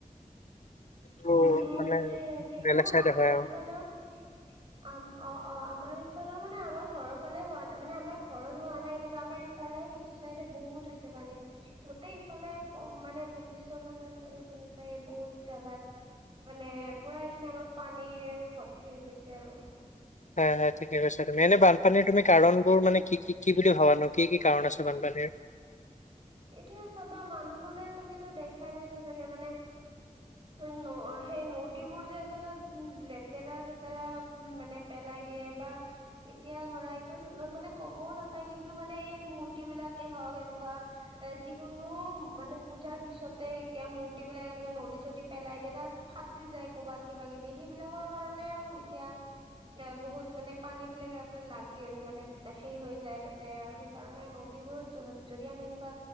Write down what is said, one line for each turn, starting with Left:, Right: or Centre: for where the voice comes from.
Left: ত'
Right: উম, উম, সেইটোয়ে
Left: মানে
Right: কিন্তু
Left: বেলেগ চাইডে
Right: আমাৰ
Left: হয় আৰু
Right: ইফালেও আম' অ', অ' আমাৰ ইফালে মানে আমাৰ ঘৰৰ ফালে হোৱা নাই মানে আমাৰ ঘৰত হোৱা নাই কিন্তু আমাৰ ইফালে ইটো চাইডে বহুত হৈছে পানী। গোটেই ইফালে ক' মানে বশিষ্টৰ ফালে চাগে শুনিছাই এই বহুত জেগাত। মানে পুৰা এইখিনি আমাৰ পানীৰে ভৰ্তি হৈ গৈছে আৰু।
Left: হয় হয়, ঠিকে কৈছা তুমি, এনেই বানপানীৰ তুমি কাৰণবোৰ মানে কি কি কি বুলি ভবানো কি কি কাৰণ আছে বানপানীৰ?
Right: এতিয়া চাবা মানুহ বোৰে তুমিতো দেখাই পাইছা চাগে মানে সেই ন সেই নদীবোৰ যে আছে তাত লেতেৰা-চেতেৰা মানে পেলাই দিয়ে বা এতিয়া ধৰা এইটো মানে ক'বও নাপায় কিন্তু মানে এই মূৰ্তি বিলাকে হওক এনেকুৱা এ যিকোনো মানে পূজাৰ পিছতে এতিয়া মূৰ্তি বিলাক এনেকে নদী-চদীত পেলাই দিয়ে তাত- ফাঁচি যায় কৰ'বাত কিবা কিবি সেইবিলাকৰ কাৰণেও এতিয়া- এ বহুত মানে পানী বিলাকে তাতে লাগি মানে সেই হৈ যায় তাতে আৰু- সেইকাৰণে নদীবোৰত যদি আমি এনেকুৱা